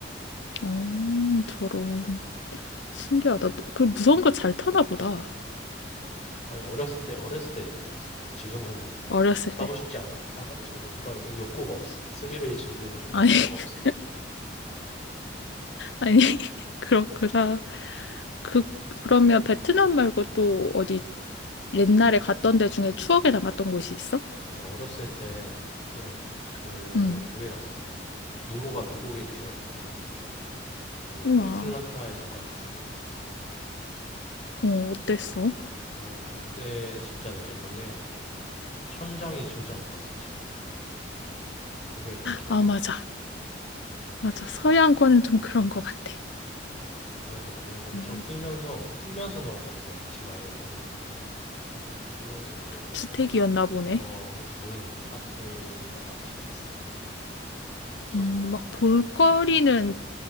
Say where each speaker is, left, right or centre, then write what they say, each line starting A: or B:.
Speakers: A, on the left; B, on the left.
A: 어, 저런. 신기하다. 또- 그 무서운 거 잘 타나 보다.
B: 아니 어렸을 때 어렸을 때 얘기야 어렸을 때. 지금은
A: 어렸을
B: 타고
A: 때.
B: 싶지 않아. 뭐 타가 지금 그런 욕구가 없어. 스릴을 즐기고 싶은
A: 아니,
B: 욕구가
A: <laughs>
B: 없어.
A: 아니, <laughs> 그렇구나. 그, 그러면 베트남 말고 또 어디 옛날에 갔던 데 중에 추억에 남았던 곳이 있어?
B: 아, 내가 어렸을 때는 그
A: 응.
B: 거길 갔었어. 이모가 미국에 계셔갖고 미국
A: 우와.
B: 애틀란타에 잠깐 갔었거든.
A: 어, 어땠어?
B: 어 그때 진짜 느꼈던 게 천장이 진짜 높았어 집이. 그게 일단 기억에
A: 아, 맞아.
B: 나. 어.
A: 맞아. 서양권은 좀 그런
B: 음.
A: 것 같아.
B: 그래서 거기서 엄청
A: 어,
B: 뛰면서 뛰면서 놀았던 게 기억해. 집 안에서든 밖에서든 뛰면서 놀고.
A: 주택이었나 보네.
B: 어, 그렇지. 거긴 뭐 아파트가 많지 않았어. 없었던
A: 음,
B: 것
A: 막
B: 같아,
A: 볼거리는,
B: 아파트가.